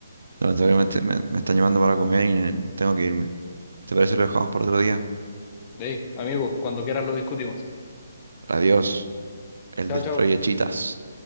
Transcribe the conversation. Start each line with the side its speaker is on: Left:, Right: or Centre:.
Right: lamentablemente me, me están llamando para comer y eh, tengo que irme. ¿Te parece que lo dejamos para otro día?
Left: Hey, amigo, cuando quieras lo discutimos.
Right: Adiós, el
Left: Chao,
Right: destruye
Left: chao.
Right: chitas.